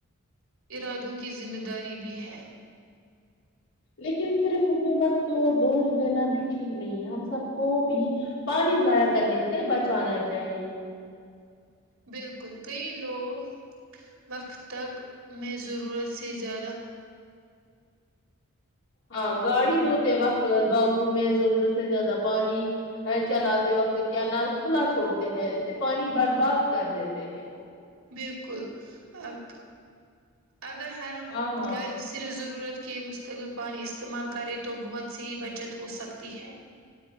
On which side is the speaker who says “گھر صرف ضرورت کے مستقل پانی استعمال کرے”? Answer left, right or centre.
Right